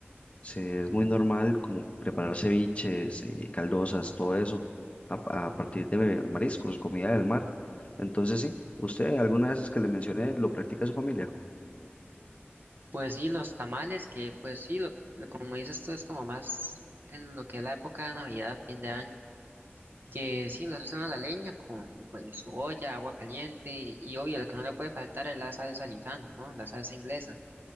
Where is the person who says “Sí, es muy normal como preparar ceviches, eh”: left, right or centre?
Left